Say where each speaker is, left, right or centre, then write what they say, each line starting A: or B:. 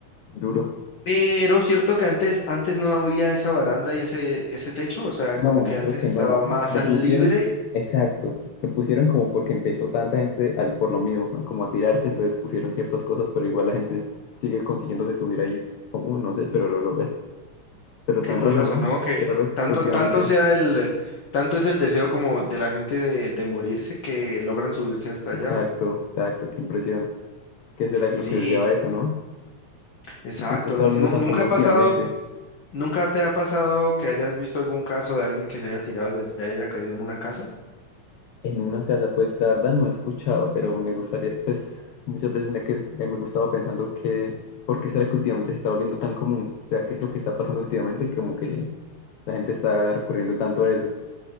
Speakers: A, on the left (about 80°); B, on the left (about 55°).
A: Duro.
B: Pero cierto que antes, antes no había esa baranda y ese, ese techo, o sea,
A: No,
B: como que antes
A: creo que
B: estaba
A: no.
B: más
A: Lo
B: al
A: pusieron,
B: libre.
A: exacto. Lo pusieron como porque empezó tanta gente al, por lo mismo, a como a tirarse, entonces pusieron ciertas cosas, pero igual la gente sigue consiguiéndose subir ahí, como no sé, pero lo logra. Pero
B: Qué
A: tan
B: curioso,
A: raro, ¿no?
B: ¿no? Que
A: Qué raro
B: tanto,
A: que últimamente.
B: tanto sea el, tanto es el deseo como de la gente de, de morirse que logran subirse hasta
A: Exacto,
B: allá.
A: exacto, qué impresión. ¿Qué será que
B: Sí,
A: lo que los lleva a eso, no?
B: exacto.
A: Porque se está
B: Nun-
A: volviendo
B: nu-
A: tan
B: nunca
A: común
B: ha pasado.
A: últimamente.
B: ¿Nunca te ha pasado que hayas visto algún caso de alguien que se haya tirado desde allá y haya caído en una casa?
A: En una casa, pues la verdad no he escuchado, pero me gustaría, pues muchas veces me, he que- eh, me he gustado pensando que, ¿por qué será que últimamente se está volviendo tan común? O sea, ¿qué es lo que está pasando últimamente? Como que la gente está recurriendo tanto a eso.